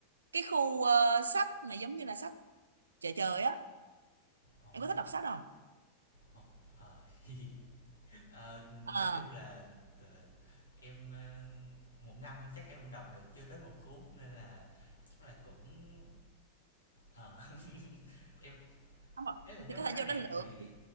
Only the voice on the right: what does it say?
cái khu ờ, sách mà giống như là sách chợ trời á
em có thích đọc sách không
ờ
không ạ.
thì có
thể
vô
đó lựa